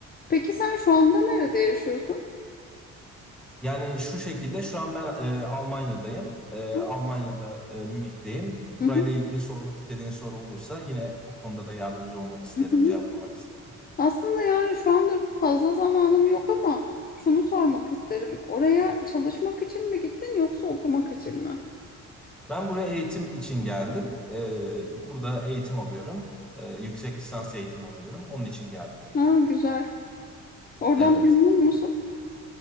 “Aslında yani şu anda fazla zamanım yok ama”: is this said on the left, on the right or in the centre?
Left